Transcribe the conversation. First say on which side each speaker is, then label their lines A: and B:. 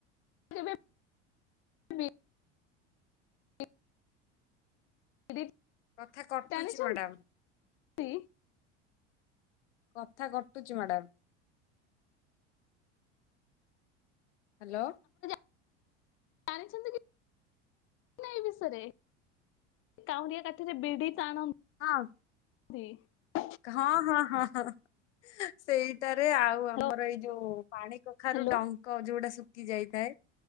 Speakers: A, on the left (about 40°); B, on the left (about 80°).
A: <unintelligible>
B: କଥା କଟୁଛି
A: ଜାଣିଛ
B: ମ୍ୟାଡାମ
A: ନ୍ତି।
B: କଥା କଟୁଚି ମାଡାମ। ହାଲୋ।
A: ଆଣିଛନ୍ତି କି ନାଇଁ ବିଷୟରେ କାଉଁରିଆ କାଠିରେ ବିଡି ଟାଣ
B: ହଁ।
A: <unintelligible>
B: ହଁ ହଁ ହଁ ହ ସେଇ। ତରେ ଆଉ ଆମର
A: ହ୍ୟାଲୋ
B: ଏଇ ଯୋଉ ପାଣି କଖାରୁ
A: ହ୍ୟାଲୋ।
B: ଡଙ୍କ ଯୋଉଟା ସବୁ କି ଯାଇଥାଏ